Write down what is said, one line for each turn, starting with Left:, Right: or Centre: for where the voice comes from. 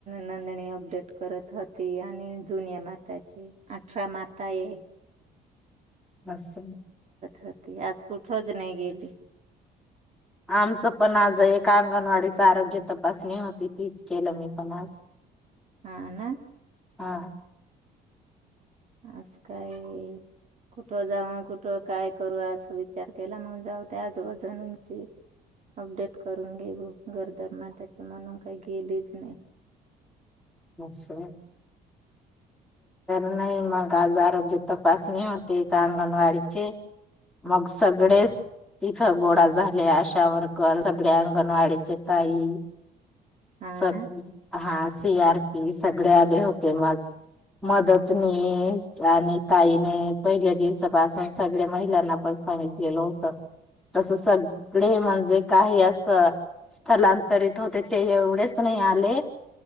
Right: नोंदणी अपडेट करत होती आणि जुन्या मातांची अठरा माता ये.
Centre: अस
Right: होती आज कुठच नाही गेली
Centre: आमचं पण आज एक अंगणवाडीच आरोग्य तपासणी होती तीच केलं मी आज
Right: हा ना
Centre: हा
Right: अस काय कुठं जाऊन कुठं काय करू अस विचार केला मग जाऊ दे आजूबाजूंची अपडेट करून घेऊ घरदार त्याच्यामुळे म्हणून काय गेलीच नाय.
Centre: अस व्हय नाही मग आज आरोग्य तपासणी होती एका अंगणवाडीची मग सगळेच तिथ गोडा झाले आशावर्कर सगळ्या अंगणवाडीचे ताई
Right: हा
Centre: सगळी
Right: ना
Centre: हा सीआर मी सगडे आले होते म आज मदतनीस आणि ताईने पहिल्या दिवसापासून सगळ्या महिलांना पण सांगितलेलं होत तस सगळे म्हणजे काही असं स्थलांतरित होते ते एवढेच नाही आले.